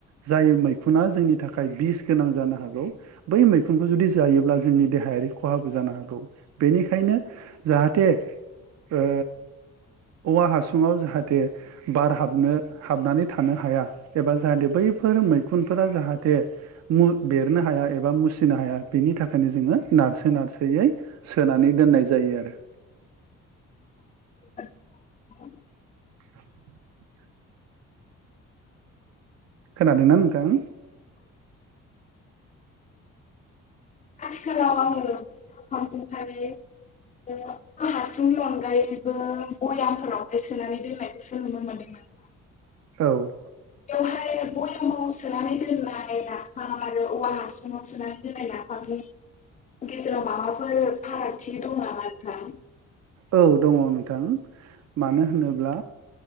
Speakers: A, on the right (about 60°); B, on the left (about 25°).
A: जाय मैखुना जोंनि थाखाय बिस गोनां जानो हागौ बै मैखुनखौ जुदि जायोब्ला जोंनि देहायारि खहाबो जानो हागौ बेनिखायनो जाहाथे ओ औवा हासुङाव जाहाथे जाहाथे बार हाबनो हाबनानै थानो हाया एबा जाहाथे बैफोर मैखुनफोरा जाहाथे बेरनो हाया एबा मुसिनो हाया बेनि थाखायनो जोङो नारसो नारसोयै सोनानै दोननाय जायो आरो।
B: <inaudible>
A: <inaudible> खोनादोंना नोंथां?
B: आथिखालाव आङो बे <unintelligible> हासुंनि अनगायैबो बयामफोरावहाय सोनानै दोननायखौसो नुनो मोन्दों नोंथां।
A: औ।
B: बेवहाय बयामाव सोनानै दोननाय नाफाम आरो औवा हासुङाव सोनानै दोननाय नाफामनि गेजेराव माबाफोर फारागथि दं नामा नोंथां?
A: औ दङ' नोंथां मानो होनोब्ला